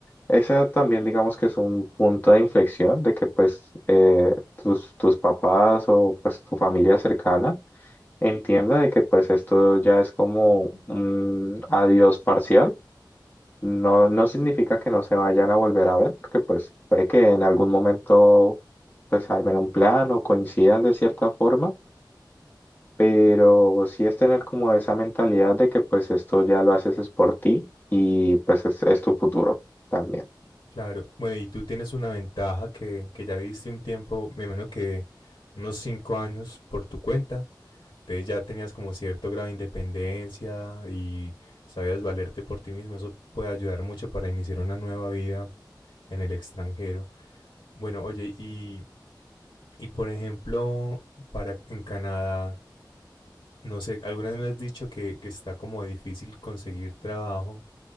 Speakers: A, on the left (about 25°); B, on the left (about 85°).
A: esa también digamos que es un punto de inflexión de que pues eh, tus tus papás o pues tu familia cercana entienda de que pues esto ya es como un adiós parcial. No, no significa que no se vayan a volver a ver, porque pues puede que en algún momento pues armen un plan o coincidan de cierta forma, pero sí es tener como esa mentalidad de que pues esto ya lo haces es por ti y pues es, es tu futuro también.
B: Claro, bueno, y tú tienes una ventaja que, que ya viviste un tiempo, me imagino que unos cinco años por tu cuenta. Entonces ya tenías como cierto grado de independencia y sabías valerte por ti mismo. Eso puede ayudar mucho para iniciar una nueva vida en el extranjero. Bueno, oye, y, y por ejemplo, para en Canadá, no sé, alguna vez me has dicho que, que está como difícil conseguir trabajo,